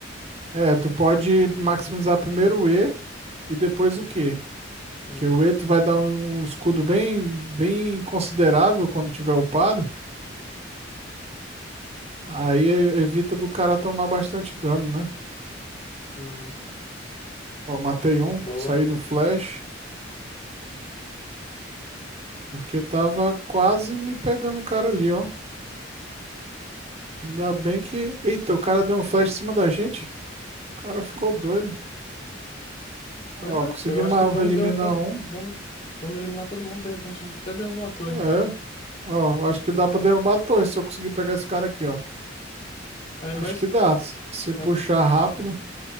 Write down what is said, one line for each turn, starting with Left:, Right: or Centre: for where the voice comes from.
Right: é, tu pode maximizar primeiro o E e depois o Q,
Left: Uhum,
Right: que o E tu vai dar um um escudo bem bem considerável quando tiver upado, aí evita do cara tomar bastante dano, né?
Left: uhum.
Right: Ó, matei um,
Left: Boa.
Right: saí no flash, porque tava quase me pegando o cara ali, ó. Ainda bem que. Eita, o cara deu um flash em cima da gente. O cara ficou doido. Ó,
Left: Pois é,
Right: consegui
Left: eu acho
Right: ma-
Left: que vamos
Right: eliminar
Left: derrotar.
Right: um.
Left: Vamos, vamos eliminar todo mundo. De repente, a gente até derrubou uma torre.
Right: É. Ó, acho que dá pra derrubar a torre se eu conseguir pegar esse cara aqui, ó.
Left: Aí,
Right: Acho
Left: mas.
Right: que dá. s- Se puxar
Left: Acho,
Right: rápido,